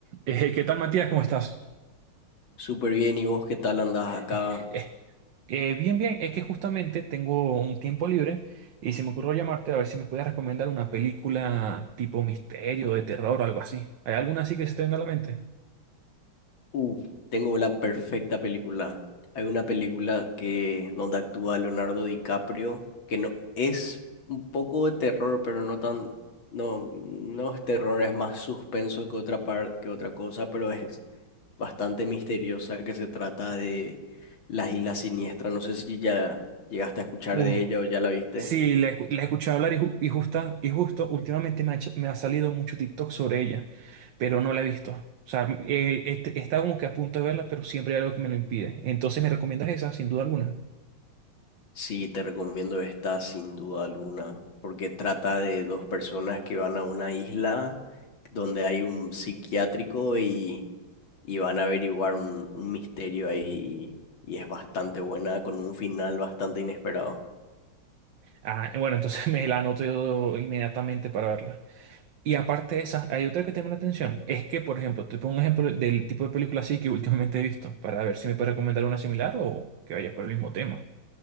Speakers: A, on the right; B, on the left.
A: Eh, ¿qué tal, Matías? ¿Cómo estás?
B: Súper bien, ¿y vos qué tal andás acá?
A: Eh, eh, eh, bien, bien. Es que justamente tengo un tiempo libre y se me ocurrió llamarte a ver si me puedes recomendar una película tipo misterio, de terror o algo así. ¿Hay alguna así que se te venga a la mente?
B: Uh, tengo la perfecta película. Hay una película que donde actúa Leonardo DiCaprio, que no es un poco de terror, pero no tan, no, no es terror, es más suspenso que otra par- que otra cosa, pero es bastante misteriosa, que se trata de las Islas Siniestras. No sé si ya llegaste a escuchar
A: Uh,
B: de ella o ya la viste.
A: sí, la, escu- la escuché hablar y, ju- y justa, y justo últimamente me ha, hecho- me ha salido mucho TikTok sobre ella, pero no la he visto. O sea, eh, este- está como que a punto de verla, pero siempre hay algo que me lo impide. Entonces, ¿me recomiendas esa, sin duda alguna?
B: Sí, te recomiendo esta sin duda alguna, porque trata de dos personas que van a una isla donde hay un psiquiátrico y, y van a averiguar un, un misterio ahí y, y es bastante buena con un final bastante inesperado.
A: Ah, bueno, entonces <laughs> me la anoto yo inmediatamente para verla. Y aparte de esas, hay otra que te llama la atención. Es que, por ejemplo, te pongo un ejemplo del tipo de película así que últimamente he visto, para ver si me puedes recomendar una similar o que vaya por el mismo tema.